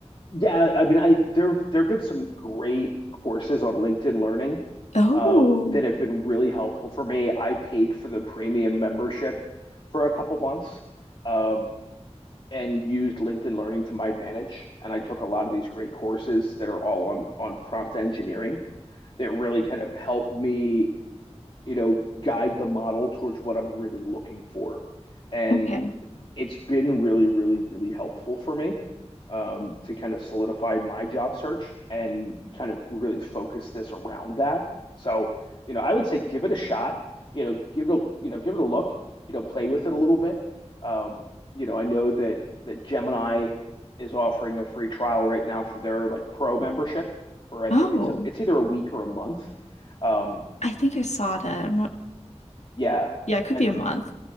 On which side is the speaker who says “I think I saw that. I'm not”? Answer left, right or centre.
Left